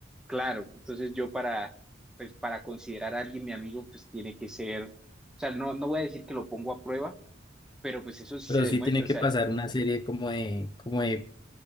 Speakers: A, in the centre; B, on the left.
A: claro, entonces yo para, pues, para considerar a alguien mi amigo, pues tiene que ser, o sea, no, no voy a decir que lo pongo a prueba, pero pues eso sí
B: pero
A: se demuestra,
B: sí tiene que
A: o sea,
B: pasar una serie como de, como de,